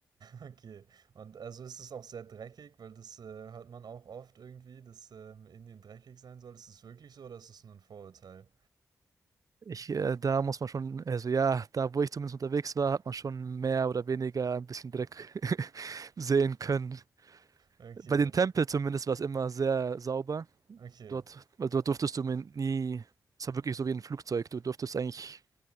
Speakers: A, on the right; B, on the right.
A: Okay. Und also ist es auch sehr dreckig, weil das, äh, hört man auch oft irgendwie, dass, ähm, Indien dreckig sein soll. Ist es wirklich so oder ist es nur ein Vorurteil?
B: Ich, äh, da muss man schon, also ja, da wo ich zumindest unterwegs war, hat man schon mehr oder weniger ein bisschen Dreck <laughs> sehen können.
A: Okay,
B: Bei den Tempeln zumindest war es immer sehr sauber.
A: okay.
B: Dort, weil dort durftest du mir nie, es war wirklich so wie ein Flugzeug, du durftest eigentlich